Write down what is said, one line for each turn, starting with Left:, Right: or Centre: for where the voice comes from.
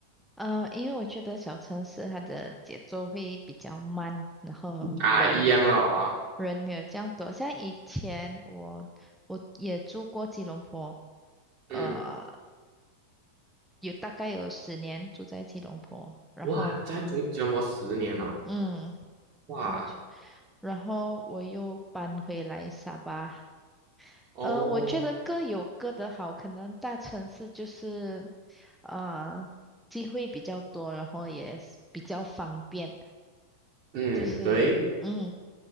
Centre: 呃，因为我觉得小城市它的节奏会比较慢，然后人
Right: 啊，一样了啊
Centre: 人没有这样多。像以前我我也住过吉隆坡，呃，
Right: 嗯，
Centre: 有大概有十年住在吉隆坡，然后
Right: 哇，在吉吉隆坡十年了、
Centre: 嗯，
Right: 哇，
Centre: 我就然后我又搬回来沙巴。
Right: 哦，
Centre: 呃，我觉得各有各的好，可能大城市就是，呃，机会比较多，然后也是比较方便，
Right: 嗯，
Centre: 就是嗯，
Right: 对，